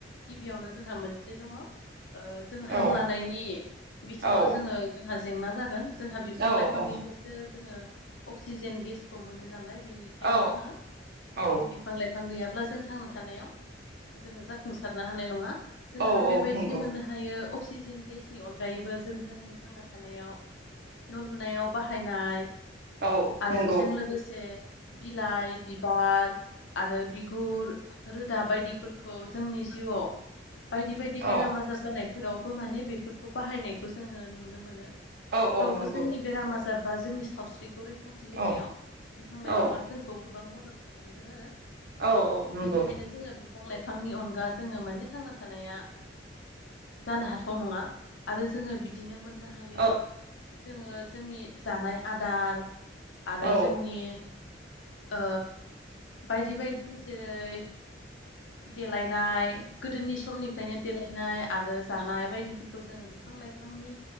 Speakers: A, on the left; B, on the right.
A: गिबियावनो जोंहा मोनसे दङ। ओ जों हां
B: औ
A: लानायनि नि बिथिङाव
B: औ
A: जोङो जोंहा जेंना जागोन। जोंहा बिफां
B: औ
A: लाइफांनिफ्रायसो
B: औ
A: जोङो अक्सिजेन गेसखौ मोनो नालाय बेनिखायनो
B: औ
A: जोङो बिफां
B: औ
A: लाइफां बिफां गैयाब्ला जों थांना थानायाव जोङो जाफुंसारनो हानाय नङा। जों
B: औ
A: आरो बेबायदिनो
B: औ नंगौ
A: मोननो हायो अक्सिजेन गेस नि अनगायैबो जों जोंनि थांना थानायाव न' लुनायाव बाहायनाय
B: औ
A: आरो
B: नंगौ
A: बेजों लोगोसे बिलाइ बिबार आरो बिगुर रोदा बायदिफोरखौ जोंनि जिउआव बायदि बायदि बेराम
B: औ
A: आजार जानाय फोरावबो माने बे फोरखौ बाहायनायखौ जोङो नुनो मोनो।
B: औ
A: बेफोरावबो
B: औ नंगौ
A: जोंनि बेरामा जा बा जोंनि सावस्रि खौ रैखाथि होनायाव
B: औ
A: बिफां लाइफाङा
B: औ
A: जोंखौ गोबां मदद खालामदों आरो
B: औ औ नंगौ।
A: बेनिखायनो जोङो बिफां लाइफांनि अनगा जोंङो माने थांना थानाया जानो हाथाव नङा। आरो जोङो बिदिनो मोन नो हायो
B: औ
A: जोङो जोंनि जानाय आदार आरो
B: औ
A: जोंनि ओ बायदि बायदि जेरै देलायनाय गोदोनि समनिफ्रायनो देलायनाय आरो जानाय बायदिफोर खौ जोङो बिफां लाइफांनि